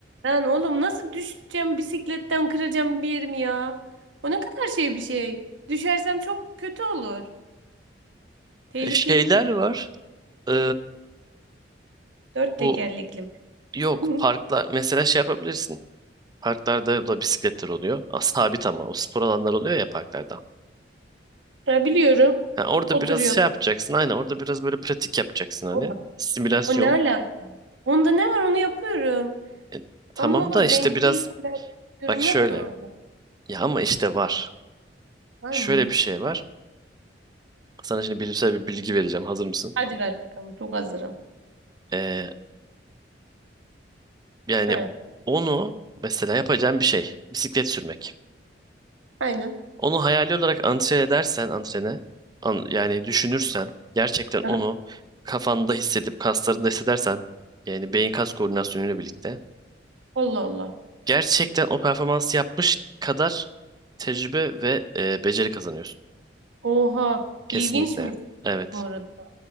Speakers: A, on the right; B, on the right.
A: Lan oğlum nasıl düşeceğim bisikletten kıracağım bir yerimi ya. O ne kadar şey bir şey. Düşersem çok kötü olur. Tehlikeli
B: E, şeyler
A: bir durum.
B: var. E,
A: Dört tekerlekli.
B: bu yok
A: <laughs>
B: parklar mesela şey yapabilirsin. Parklarda da bisikletler oluyor. Aa, Sabit ama o spor alanları oluyor ya parklarda.
A: Ya biliyorum.
B: Ha, orada
A: Oturuyor.
B: biraz şey yapacaksın aynen orada biraz böyle pratik yapacaksın hani
A: Oğlum,
B: simülasyon.
A: O ne alaka? Onda ne var onu yapıyorum.
B: E, tamam
A: Ama o
B: da işte
A: dengeli
B: biraz
A: bir durum
B: bak şöyle
A: yok ki orada.
B: ya ama işte var.
A: Var
B: Şöyle
A: mı?
B: bir şey var. Sana şimdi bilimsel bir bilgi vereceğim hazır mısın?
A: Hadi ver bakalım. Çok hazırım.
B: Ee, yani
A: He,
B: onu mesela yapacağın bir şey bisiklet sürmek.
A: aynen.
B: Onu hayali olarak antren edersen antrene an- yani düşünürsen gerçekten
A: Aha,
B: onu kafanda hissedip kaslarında hissedersen yani beyin kas koordinasyonuyla birlikte
A: Allah Allah.
B: Gerçekten o performansı yapmış kadar tecrübe ve e, beceri kazanıyorsun.
A: Oha.
B: Kesinlikle.
A: İlginçmiş
B: Evet.
A: bu arada.